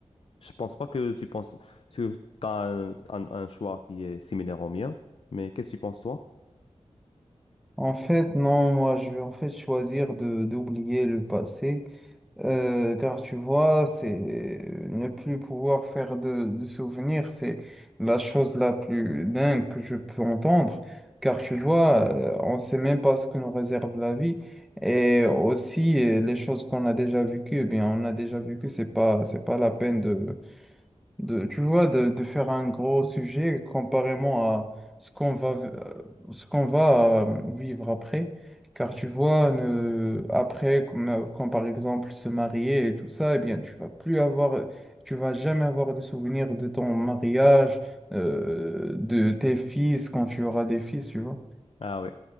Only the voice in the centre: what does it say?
En fait, non, moi, je vais en fait choisir de d'oublier le passé. Euh, car tu vois, c'est ne plus pouvoir faire de, de souvenirs, c'est la chose la plus dingue que je peux entendre. Car tu vois, euh, on ne sait même pas ce que nous réserve la vie. Et aussi, euh, les choses qu'on a déjà vécues, eh bien, on a déjà vécu, c'est pas, c'est pas la peine de de, tu vois, de, de faire un gros sujet comparément à ce qu'on va, euh, ce qu'on va euh, vivre après. Car tu vois, ne, après, comme, euh, quand par exemple se marier et tout ça, eh bien, tu vas plus avoir, tu vas jamais avoir de souvenirs de ton mariage, euh, de tes fils quand tu auras des fils, tu vois.